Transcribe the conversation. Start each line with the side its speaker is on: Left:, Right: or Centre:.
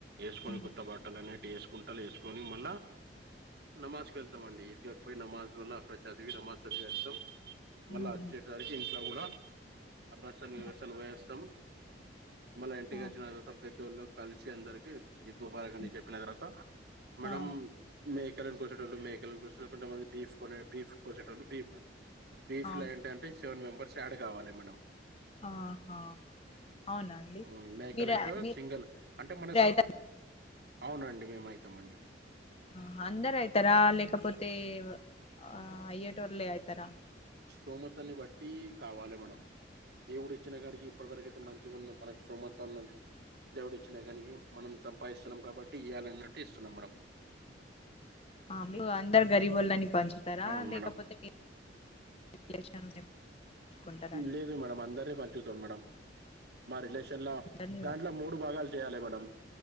Right: ఏస్కొని
Left: హ్మ్.
Right: కొత్త బట్టల్ అనేటి ఏస్కుంటర్ ఏస్కొని మళ్ళా నమాజ్ వెళ్తమండి <inaudible> పోయి నమాజ్ వల్ల అక్కడ చదివి నమాజ్ చదివి వస్తాం
Left: హుహు.
Right: మళ్ళా అచ్చేసరికి ఇంట్ల గుడా <unintelligible>
Left: ఆ!
Right: మళ్ళ ఇంటికచ్చిన
Left: ఆ!
Right: తర్వాత పెద్దోళ్ళు కలిసి అందర్కి ఈ ముబారక్ అని
Left: హ్మ్.
Right: చెప్పిన తర్వాత మేడం
Left: ఆ!
Right: మేక్ కలను కొసేటోల్లు మేకలని కోస్తారు కొంతమంది బీఫ్ కొనే కోసేటోళ్ళు బీఫ్ బీఫ్ల
Left: అవును
Right: ఏంటంటే సెవెన్ మెంబెర్స్ యాడ్ కావాలె మేడం
Left: ఆహా అవునా అండి
Right: మ్ మేకలయితే
Left: మీర మీరు
Right: సింగల్ అంటే మన
Left: అవుతారా
Right: అవునండి మేమైతమండి.
Left: ఆ అందరైతరా లేకపోతే ఆ అయ్యేటోర్లే అయితరా
Right: బహుమతన్ని బట్టి కావాలె మేడమ్ దేవుడిచ్చిన కాడికి ఇప్పట్ వరకయితే మంచిగున్నం. మనకి సోమతన్నం. దేవుడిచ్చిన కానికి మనం సంపాదిస్తున్నాం కాబట్టి ఇవ్యాలన్నట్టు ఇస్తున్నాం మేడమ్
Left: మీ అందరు గరీబోళ్ళని పంచుతారా
Right: అవును
Left: లేకపోతే
Right: మేడం
Left: మీ <inaudible> పెట్టుకుంటారా అండి
Right: లేదు మేడం అందరీ పంచుతాం మేడం మా రిలేషన్ లో
Left: అందరినీ
Right: దాంట్లో మూడు భాగాలు చేయాలి మేడం